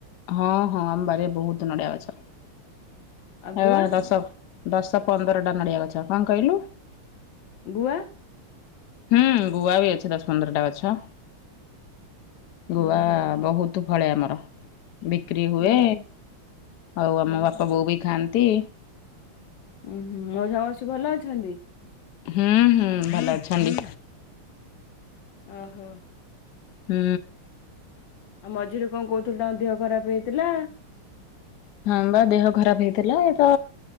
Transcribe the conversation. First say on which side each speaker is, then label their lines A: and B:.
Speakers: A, on the left; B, on the left.
A: ହଁ ହଁ ଆମବାର ବହୁତ ନଡିଆ ଗଛ
B: ଆଉ ଗୁଆ
A: ଦଶ ଦଶ ପନ୍ଦରଟା ନଡ଼ିଆ ଗଛ କଣ କହିଲୁ
B: ଗୋଆ
A: ହୁଁ ଗୁଆ ବି ଅଛି ଦଶ ପନ୍ଦରଟା ଗଛ ଗୁଆ
B: ଉଁ ହୁଁ
A: ବହୁତ ଫଳେ ଆମର ବିକ୍ରି ହୁଏ
B: ଉଁ ହୁଁ
A: ଆଉ ଆମ
B: ଉଁ
A: ବାପା
B: ହୁଁ
A: ବୋଉ ବି ଖାଆନ୍ତି।
B: ଉଁ ହୁଁ ମୋଉସା ମାଉସୀ ଭଲ ଅଛନ୍ତି?
A: ହୁଁ ହୁଁ ଭଲ ଅଛନ୍ତି।
B: ଓହୋ।
A: ହୁଁ।
B: ଆଉ ମଝିରେ କଣ କହୁଥିଲୁ ତଙ୍କ ଦେହ ଖରାପ ହେଇଥିଲା।
A: ହଁ ବା ଦେହ ଖରାପ ହେଇଥିଲା ଏ ତ